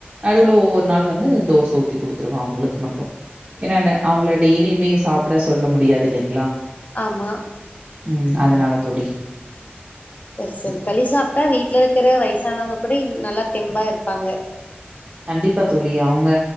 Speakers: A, on the right; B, on the left.
A: நடுல ஒவ்வொர் நாள் வந்து தோச ஊத்தி குடுத்துருவ அவ்களுக்கு மட்டு ஏன்னா ந அவுங்கள டெய்லியுமே சாப்ட சொல்ல முடியாது இல்லைங்ளா
B: ஆமா
A: ம் அதுனால தோழி
B: அ செரி களி சாப்ட்டா வீட்ல இருக்கற வயசானவங்க கூட நல்லா தெம்பா இருப்பாங்க.
A: கண்டிப்பா தோழி. அவுங்க